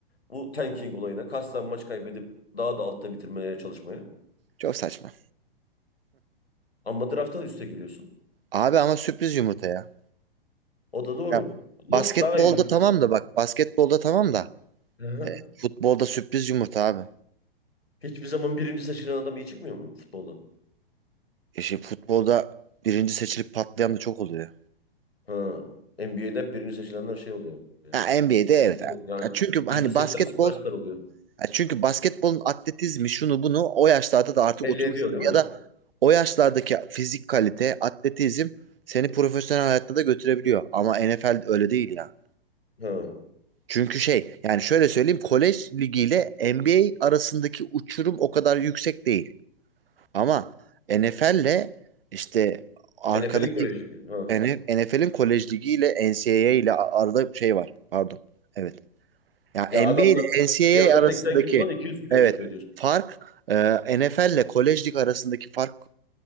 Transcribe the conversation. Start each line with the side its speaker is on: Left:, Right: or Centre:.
Left: Bu tanking olayına. Kasten maç kaybedip daha da altta bitirmeye çalışmaya.
Right: Çok saçma.
Left: Ama draftta üste giriyorsun.
Right: Abi ama sürpriz yumurta ya.
Left: O da doğru.
Right: Ya,
Left: Ama
Right: Basketbolda
Left: daha iyi.
Right: tamam da bak basketbolda tamam da
Left: Hı hı.
Right: futbolda sürpriz yumurta abi.
Left: Hiçbir zaman birinci seçilen adam iyi çıkmıyor mu futbolda?
Right: E şey, futbolda birinci seçilip patlayan da çok oluyor.
Left: Ha. NBA'de hep birinci seçilenler şey oluyor ya.
Right: Ha NBA'de
Left: Süperstar
Right: evet.
Left: oluyor. Yani
Right: Ya çünkü hani
Left: yüzde seksen
Right: basketbol
Left: süperstar oluyor.
Right: Ya çünkü basketbolun atletizmi şunu bunu o yaşlarda da artık
Left: Belli
Right: oturmuş
Left: ediyor
Right: oluyor.
Left: değil mi?
Right: ya da o yaşlardaki fizik kalite, atletizm seni profesyonel hayatta da götürebiliyor. Ama NFL öyle değil ya.
Left: Ha.
Right: Çünkü şey yani şöyle söyleyeyim kolej ligiyle NBA arasındaki uçurum o kadar yüksek değil. Ama NFL'le işte arkadaki
Left: NFL'in koleji gibi. Ha.
Right: NFL'in kolej ligiyle NCAA ile arada şey var. Pardon. Evet. Ya
Left: Ya
Right: NBA
Left: adamlar
Right: ile NCAA
Left: bir anda
Right: arasındaki
Left: 80 kilodan 200 kiloya
Right: evet
Left: çıkıyor diyorsun.
Right: fark e, NFL ile Kolej Lig arasındaki fark